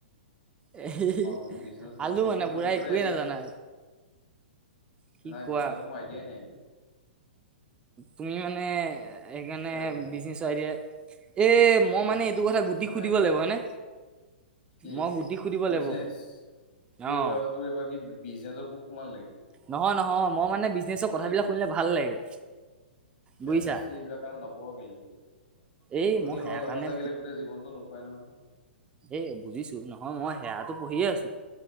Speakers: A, on the right; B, on the left.
A: এ, হে, হে,
B: মোৰ বিজনেছ
A: আলু
B: বিজনেছৰ
A: মানে পুৰা,
B: নিজৰে
A: একোৱে
B: আইডিয়া
A: নাজানা।
B: নাই
A: কি
B: নাই,
A: কোৱা
B: বিজনেচত মোৰ আইদিয়াই নাই।
A: তুমি, মানে সেইকাৰণে
B: একো আইডিয়া নাই
A: বিজনেচৰ আইদিয়া, এই, মই
B: নাই
A: মানে এইটো কথা গুটিক
B: একো নাই
A: সুধিব
B: আইডিয়া
A: লাগিব হয়নে?
B: কি
A: মই গুটিক সুধিব লাগিব,
B: বিজনেচ তোৰ
A: অ,
B: এইবাৰ তোৰ এইবাৰ কি, বিজনেছৰ পোক সুমাল নেকি?
A: নহয়, নহয় মই মানে বিজনেচৰ
B: ধেত
A: কথাবিলাক শুনিলে ভাল লাগে। বুজিছা
B: এছ, এছ, চি, এইবিলাক কাৰণে নপঢ় কেলে? শুনি
A: এই মই সেয়া
B: ভাল ন,
A: কাৰণে
B: ভাল লাগিলে, গোটেই জীৱনতটো নোখোৱাই নহয়।
A: এ, বুজিছো নহয় মই সেৱাটো পঢ়িয়ে আছো,